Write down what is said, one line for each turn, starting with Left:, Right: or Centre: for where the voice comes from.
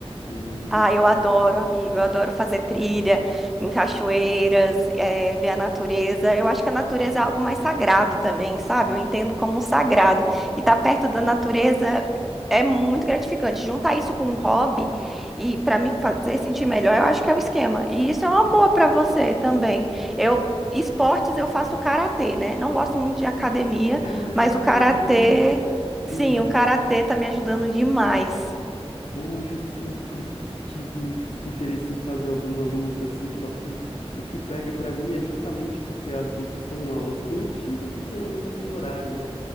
Left: um
Centre: Ah, eu adoro, amigo. Eu adoro fazer trilha em cachoeiras, eh, ver a natureza. Eu acho que a natureza é algo mais sagrado também, sabe? Eu entendo como um sagrado. E estar perto da natureza é muito gratificante. Juntar isso com um hobby e para me fazer sentir melhor, eu acho que é o esquema. E isso é uma boa para você também. Eu esportes eu faço karatê, né? Não gosto muito de academia,
Left: Cara,
Centre: mas
Left: que
Centre: o karatê,
Left: legal!
Centre: sim,
Left: Hum,
Centre: o karatê tá me ajudando demais.
Left: poxa, eu sempre tive interesse em fazer alguma luta, assim, só que o que pega pra mim é justamente porque as lutas são aulas coletivas e geralmente tem horário, né?